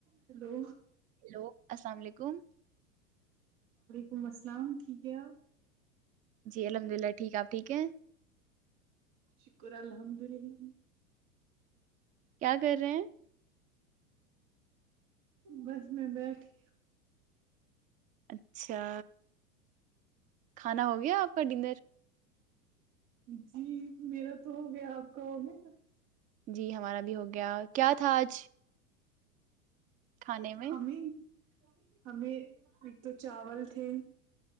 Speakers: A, on the right; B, on the right.
A: ہلو
B: ہیلو السلام علیکم
A: حم السلام ٹھیک ہے
B: جی الحمد للہ ٹھیک آپ ٹھیک ہیں
A: شکر الحمد للہ
B: کیا کر رہے ہیں
A: بس میں بیٹھی
B: اچھا کھانا ہو گیا آپ کا ڈنر
A: جی میرا تو ہو گیا آپ کا ہو میں نا <unintelligible>
B: جی ہمارا بھی ہو گیا کیا تھا آج کھانے میں
A: ہمیں <unintelligible> ہمیں ایک تو چاول تھے